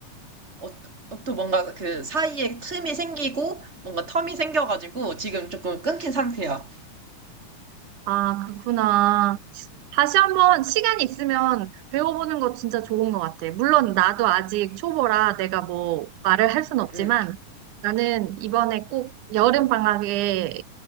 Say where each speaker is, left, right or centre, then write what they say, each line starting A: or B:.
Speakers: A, on the right; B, on the right.
A: 어, 어, 또 뭔가 그 사이에 틈이 생기고 뭔가 텀이 생겨가지고 지금 조금 끊긴 상태야.
B: 아, 그렇구나. 다시 한번 시간 있으면 배워보는 거 진짜 좋은 것 같아. 물론 나도 아직 초보라 내가 뭐 말을 할 순
A: 음,
B: 없지만
A: 음.
B: 나는 이번에 꼭 여름 방학에